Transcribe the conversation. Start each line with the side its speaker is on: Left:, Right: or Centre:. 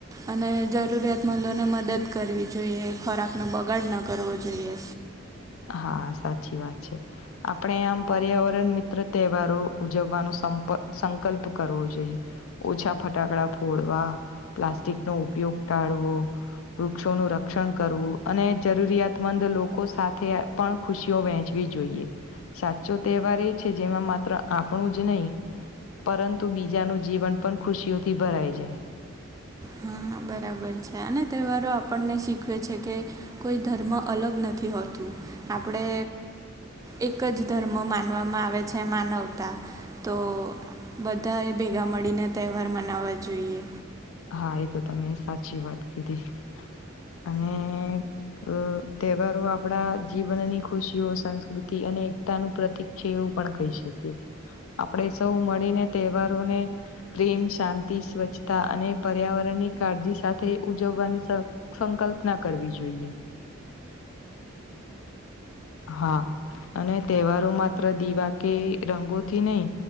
Right: અને જરૂરિયાતમંદોને મદદ કરવી જોઈએ, ખોરાકનો બગાડ ન કરવો જોઈએ.
Left: હા સાચી વાત છે. આપણે આમ પર્યાવરણ મિત્ર તહેવારો ઉજવવાનો સંપ સંકલ્પ કરવો જોઈએ. ઓછા ફટાકડા ફોડવા, પ્લાસ્ટિકનો ઉપયોગ ટાળવો. વૃક્ષોનું રક્ષણ કરવું અને જરૂરિયાતમંદ લોકો સા સાથે પણ ખુશીઓ વહેંચવી જોઈએ. સાચો તહેવાર એ છે જેમાં માત્ર આપણું જ નહીં. પરંતુ બીજાનું જીવન પણ ખુશીઓથી ભરાઈ જાય.
Right: હા બરાબર છે. અને તહેવારો આપણને શીખવે છે કે કોઈ ધર્મ અલગ નથી હોતું. આપણે એક જ ધર્મ માનવામાં આવે છે માનવતા. તો બધાએ ભેગા મળીને તહેવાર મનાવવા જોઈએ.
Left: હા એ તો તમે સાચી વાત કીધી. અને અ તહેવારો આપણા જીવનની ખુશીઓ, સંસ્કૃતિ અનેક તાનું પ્રતિક છે એવું પણ કહી શકીએ. આપણે સૌ મળીને તહેવારોને પ્રેમ, શાંતિ, સ્વચ્છતા અને પર્યાવરણની કાળજી સાથે ઉજવવાની સ સંકલ્પના કરવી જોઈએ. હા અને તહેવારો માત્ર દિવા કે રંગોથી નહી.